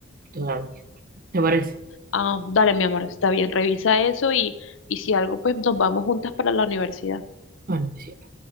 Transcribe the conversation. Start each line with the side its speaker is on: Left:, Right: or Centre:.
Right: todavía. ¿Te parece?
Left: Ah, dale, mi amor, está bien, revisa eso y, y si algo, pues nos vamos juntas para la universidad.
Right: Bueno, me sirve.